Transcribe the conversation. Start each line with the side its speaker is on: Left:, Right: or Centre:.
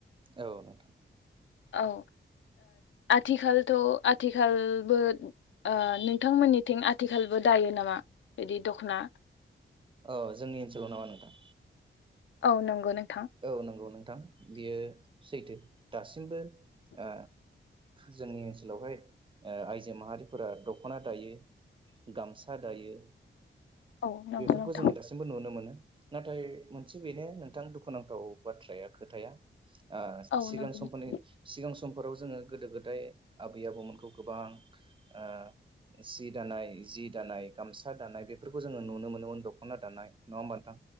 Right: औ नोंथां
Left: औ आथिखालथ आथिखालबो ओ नोंथांमोनिथिं आथिखालबो दायो नामा? बिदि दख'ना
Right: औ जोंनि ओनसोलाव नामा नोंथां
Left: औ नंगौ नों
Right: औ नंगौ नोंथां बियो सैथो दासिमबो ओ जोंनि ओनसोलावहाय ओ आइजो माहारिफोरा दखना दायो गामसा दायो।
Left: औ नंगौ
Right: बेफोरखौ
Left: नोंथां
Right: जोङो दासिमबो नुनो मोनो। नाथाय मोनसे बेनो नोंथां दु दखुनांथाव बाथ्राया खोथाया ओ
Left: औ
Right: सिगां
Left: नंगौ
Right: समफोरनि
Left: नोंथां
Right: सिगा समफोराव जोङो गोदो गोदाय आबै आबौमोनखौ गोबां ओ सि दानाय जि दानाय गामसा दानाय बेफोरखौ जोङो नुनो मोनोमोन दखना दानाय नङा होमबा नोंथां।